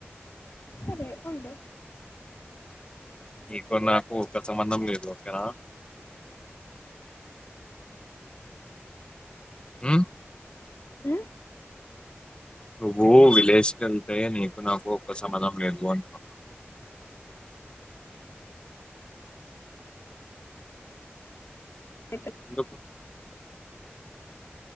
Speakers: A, on the left; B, on the left.
A: సరే ఉండు
B: నీకు నాకు ఒక సంబంధం లేదు ఓకేనా ఉ
A: ఉ
B: నువ్వు విలేజ్కేళ్తే నీకు, నాకు ఒక్క సంబంధం లేద్ పొ అంటున
A: అ
B: ఎందుకు